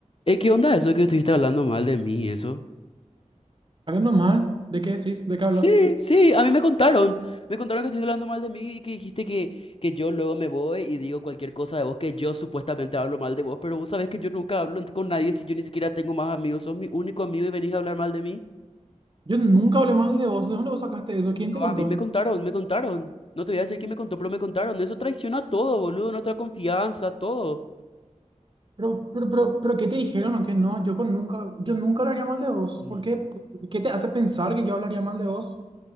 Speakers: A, on the left; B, on the right.
A: Eh, ¿qué onda eso de que estuviste hablando mal de mí y eso?
B: Hablando mal, ¿de qué decís? ¿De qué hablas?
A: Sí, sí, a mí me contaron. Me contaron que estuviste hablando mal de mí y que dijiste que, que yo luego me voy y digo cualquier cosa de vos, que yo supuestamente hablo mal de vos, pero vos sabés que yo nunca hablo en- con nadie si yo ni siquiera tengo más amigos. Sos mi único amigo y venís a hablar mal de mí.
B: Yo nunca hablé mal de vos. ¿De dónde vos sacaste eso? ¿Quién te contó?
A: No, a mí me contaron, me contaron. No te voy a decir quién me contó, pero me contaron. Eso traiciona todo, boludo, nuestra confianza, todo.
B: Pero, pero, pero, pero ¿qué te dijeron o qué no? Yo con nunca, yo nunca hablaría mal de vos.
A: Mm.
B: ¿Por qué? ¿Qué te hace pensar que yo hablaría mal de vos?